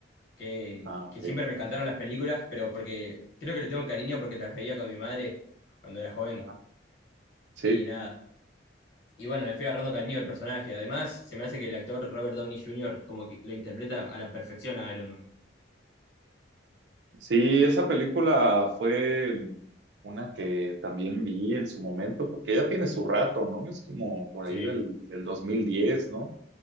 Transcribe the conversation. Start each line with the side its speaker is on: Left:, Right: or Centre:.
Left: que,
Right: Ah,
Left: que
Right: ok.
Left: siempre me encantaron las películas, pero porque creo que le tengo cariño porque las veía con mi madre cuando era joven.
Right: Ajá. Sí,
Left: Y nada. Y bueno, le fui agarrando cariño al personaje. Además, se me hace que el actor Robert Downey Jr. como que lo interpreta a la perfección a Iron Man.
Right: sí, esa película fue una que también vi en su momento, porque ya tiene su rato, ¿no? Es como por ahí
Left: Sí.
Right: del, del 2010, ¿no?